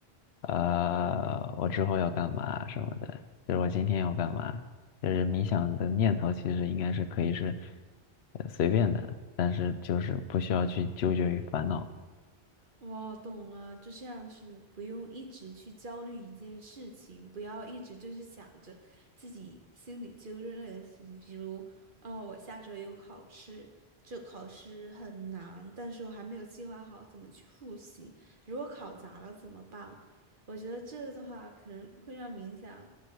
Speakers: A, on the left; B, on the right.
A: 呃我之后要干嘛什么的，就是我今天要干嘛。就是冥想的念头其实应该是可以是呃随便的，但是就是不需要去纠结于烦恼。
B: 我懂了，就这样是不用一直去焦虑一件事情，不要一直就是想着自己心里揪着那个事情，比如，哦，我下周有考试，这考试很难，但是我还没有计划好怎么去复习，如果考砸了怎么办？我觉得这个的话，可能会让冥想，